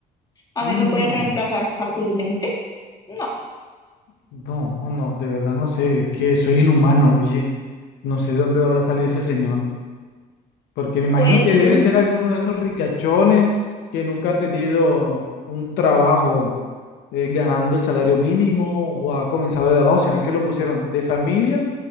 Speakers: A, on the left; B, on the left.
A: A
B: Mm,
A: mí me pueden reemplazar fácilmente. No,
B: no, no, no, de verdad no sé, es que soy inhumano, oye, no sé de dónde habrá salido ese señor. Porque me imagino
A: pues
B: que
A: sí,
B: debe ser alguno de esos ricachones que nunca ha tenido un trabajo eh, ganando el salario mínimo o ha comenzado de abajo, sino que lo pusieron de familia